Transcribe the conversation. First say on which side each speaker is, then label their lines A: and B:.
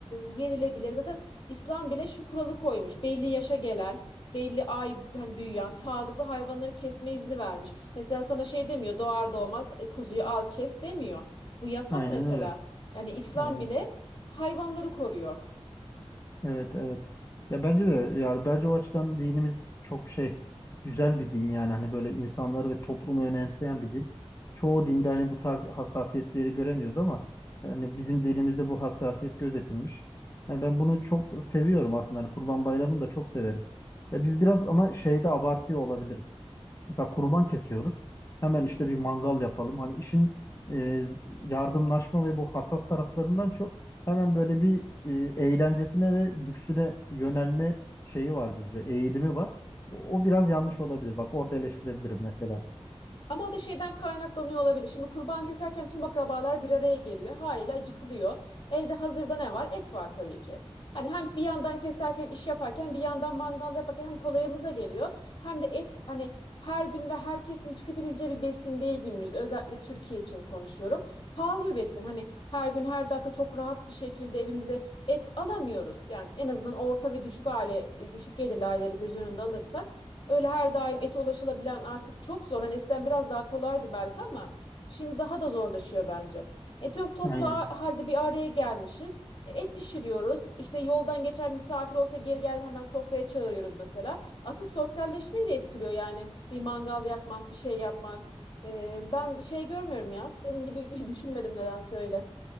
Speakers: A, on the left; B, on the left.
A: yenilebilir. Zaten İslam bile şu kuralı koymuş. Belli yaşa gelen, belli ay hani büyüyen, sağlıklı hayvanları kesme izni vermiş. Mesela sana şey demiyor, doğar doğmaz e, kuzuyu al kes demiyor. Bu yasak
B: Aynen
A: mesela.
B: öyle.
A: Yani İslam
B: Aynen.
A: bile hayvanları koruyor.
B: Evet, evet. Ya bence de yani bence o açıdan dinimiz çok şey güzel bir din yani hani böyle insanları ve toplumu önemseyen bir din. Çoğu dinde hani bu tarz hassasiyetleri göremiyoruz ama hani bizim dinimizde bu hassasiyet gözetilmiş. Yani ben bunu çok seviyorum aslında. Hani Kurban Bayramı'nı da çok severim. Ya biz biraz ama şeyde abartıyor olabiliriz. Mesela kurban kesiyoruz. Hemen işte bir mangal yapalım. Hani işin e, yardımlaşma ve bu hassas taraflarından çok Hemen böyle bir e, eğlencesine ve lüksüne yönelme şeyi var bizde, eğilimi var. O, o biraz yanlış olabilir. Bak orada eleştirebilirim mesela.
A: Ama o da şeyden kaynaklanıyor olabilir. Şimdi kurban keserken tüm akrabalar bir araya geliyor. Haliyle acıkılıyor. Elde hazırda ne var? Et var tabii ki. Hani hem bir yandan keserken iş yaparken bir yandan mangal yaparken hem kolayımıza geliyor. Hem de et hani her gün ve herkesin tüketebileceği bir besin değil günümüz. Özellikle Türkiye için konuşuyorum. Pahalı bir besin. Hani her gün her dakika çok rahat bir şekilde evimize et alamıyoruz. Yani en azından orta ve düşük aile, e, düşük gelirli aileleri göz önünde alırsak. Öyle her daim ete ulaşılabilen artık çok zor. Hani eskiden biraz daha kolaydı belki ama şimdi daha da zorlaşıyor bence. E, çok toplu
B: Aynen.
A: a- halde bir araya gelmişiz. E, Et pişiriyoruz. İşte yoldan geçen misafir olsa geri gel hemen sofraya çağırıyoruz mesela. Aslında sosyalleşmeyi de etkiliyor yani bir mangal yakmak, bir şey yapmak. E, ben şey görmüyorum ya. Senin gibi <laughs> düşünmedim nedense öyle.